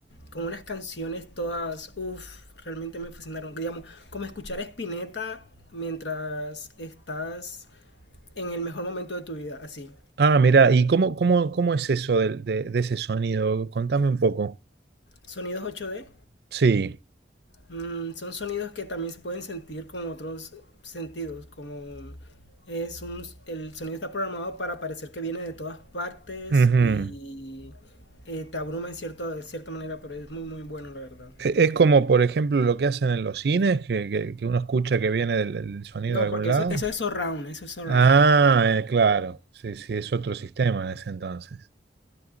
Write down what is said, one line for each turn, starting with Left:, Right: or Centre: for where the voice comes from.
Left: con unas canciones todas, uf, realmente me fascinaron. Digamos, como escuchar a Spinetta mientras estás en el mejor momento de tu vida, así.
Right: Ah, mira, ¿y cómo, cómo, cómo es eso del- de, de ese sonido? Contame un poco.
Left: Sonidos 8D,
Right: Sí.
Left: Mm, son sonidos que también se pueden sentir con otros sentidos, como es un, el sonido está programado para parecer que viene de todas partes
Right: ujú.
Left: y eh, te abruma en cierto, de cierta manera, pero es muy muy bueno la verdad.
Right: E- Es como, por ejemplo, lo que hacen en los cines, que, que- que uno escucha que viene del, del sonido
Left: No,
Right: de algún
Left: porque
Right: lado.
Left: eso, eso es surround, eso es surround.
Right: Ah, eh, claro. Sí, sí, es otro sistema en ese entonces.